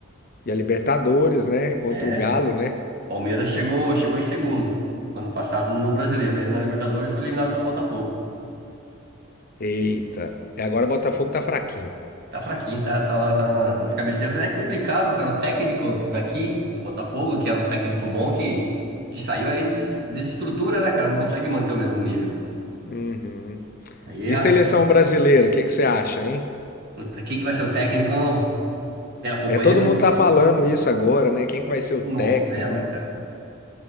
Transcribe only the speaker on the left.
e a Libertadores, né? Contra
o Galo, né?
Eita. E agora o Botafogo tá fraquinho.
Uhum.
E
seleção brasileira, o que que você acha, hein?
É, todo mundo tá
falando isso agora, né? Quem que vai ser
o
técnico?